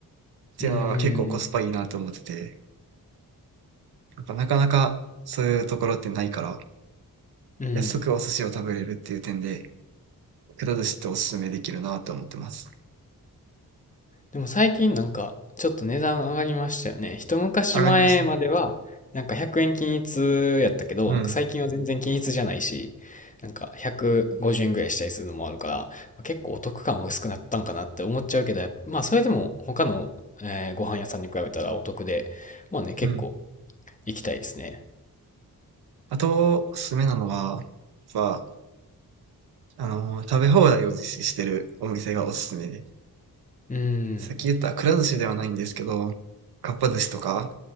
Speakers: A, on the right; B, on the left.
A: ていうのが結構コスパいいなと思ってて、
B: うん。
A: やっぱなかなかそういうところってないから、
B: うん。
A: 安くお寿司を食べれるっていう点で、くら寿司っておすすめできるなと思ってます。
B: でも最近なんか、ちょっと値段上がりましたよね。一昔前までは、
A: 上がりましたね。
B: なんか100円均一やったけど、
A: うん、
B: なんか最近は全然均一じゃないし、なんか150円ぐらいしたりするのもあるから、結構お得感は薄くなったんかなって思っちゃうけど、やっぱまあそれでも他の、えーご飯屋さんに比べたらお得で、まあね、結構
A: うん。
B: 行きたいですね。
A: あと、おすすめなのは、やっぱ、あのー食べ放題を実施してるお店がおすすめで、
B: うーん、
A: さっき言ったくら寿司ではないんですけど、かっぱ寿司とか